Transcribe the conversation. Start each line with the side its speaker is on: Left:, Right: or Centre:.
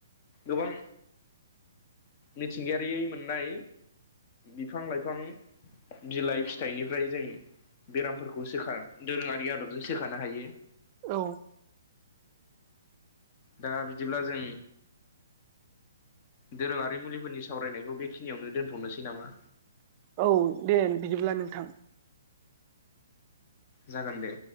Left: गोबां मिथिंगायारि मोननाय बिफां लाइफां बिलाइ फिथाइनिफ्राय जों बेरामफोरखौ सोखा दोरोङारि आदबजों सोखानो हायो
Right: औ
Left: दा बिदिब्ला जों दोरोङारि मुलिफोरनि सावरायनायखौ बेखिनियावनो दोनथ'नोसै नामा
Right: औ दे बिदिब्ला नोंथां
Left: जागोन दे